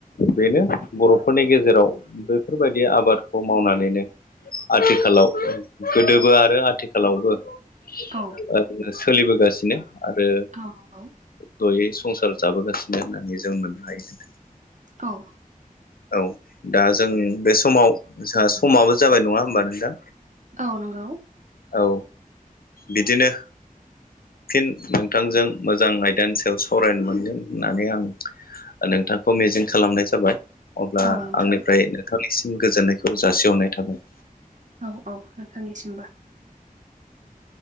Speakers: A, on the left; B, on the right.
A: बेनो बर'फोरनि गेजेराव बेफोरबायदि आबादखौ मावनानैनो आथिखालाव गोदोबो आरो आथिखालावबो ओरैनो
B: औ
A: सोलिबोगासिनो आरो
B: औ नंगौ
A: जयै संसार जाबोगासिनो होननानै जों मोननो हायो नोंथां।
B: औ
A: औ दा जों बे समाव जोंहा समाबो जाबाय नङा होमबा नोंथां?
B: औ नंगौ।
A: औ बिदिनो फिन नोंथांजों मोजां आयदानि सायाव सरायनो मोनगोन होननानै आं नोंथांखौ मिजिं खालामनाय जाबाय। अब्ला
B: औ नोंथां
A: आंनिफ्राय नोंथांनिसिम गोजोननायखौ जासिहरनाय थाबाय।
B: औ औ नोंथांनि सिमबो।